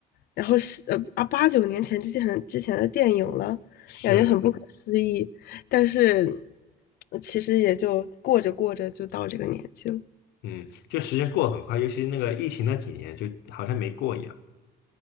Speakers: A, on the left; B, on the left.
A: 然后是呃啊八九年前之前的之前的电影了，
B: 是，
A: 感觉很不可思议，但是呃其实也就过着过着就到这个年纪了。
B: 嗯，就时间过得很快，尤其那个疫情那几年，就好像没过一样，